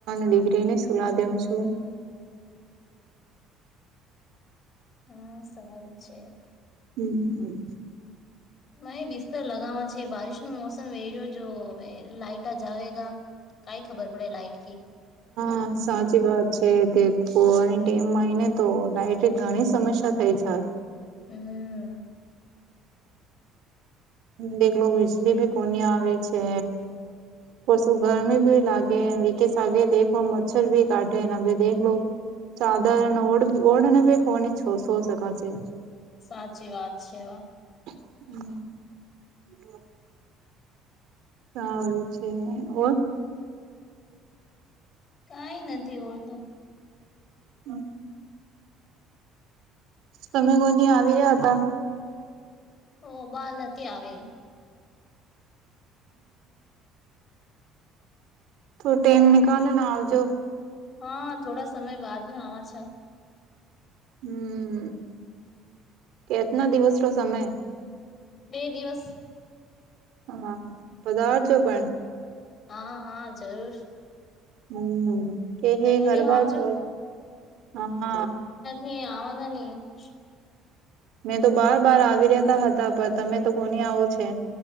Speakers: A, on the right; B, on the left.
A: ડિગ્રીને સુલાહ દેઉ છું.
B: હા, સવાલું છે.
A: હમ..
B: મેહી બિસ્તર લગાવા છે,, બારિશ ન મોસમ વે રહ્યો, જો લાટ આ જાવેગા.. કઈ ખબર પડે લાઇટ કે..
A: હા, સાચી વાત છે, દેખો અને ડમમાંયને તો ડાયટ ઘણી સમસ્યા થઈ જાય..
B: હમ..
A: દેખલો વીજળીબી કોની આવે છે. પશુ ગરમીભી લાગે રી કેસ <unintelligible> આગે, દખો મચ્છર ભી કાટેે ભે દેખ લો. ચાદર ઓળ ઓળને <unintelligible> ભ હોળની છ સો શકા છે.
B: સાચી વાત છે. હ..
A: <inaudible> હમ.. હમ.. સારું છે, ઓર
B: કઈ નથી, ઓળતું.
A: હમ.. તમે કોની આવી રહ્યા હતા.
B: ઓ, બહાર નથી આવી.
A: તો ટટેમ નિકલેે આવજો
B: હા થોડા સમય બાદ મે આવા છે
A: હમ કેટના દિવસ નો સમય
B: બે દિવસ
A: હાા પદાર્જો પણ
B: હા હા જરૂર
A: હમ કે
B: તમે
A: હ ઘરબર
B: બી આવજો
A: બોલ હા
B: ન આવાના ન
A: મેં તો બાર બાર આવી રતા હતા પણ તમે તો કોની આવો છે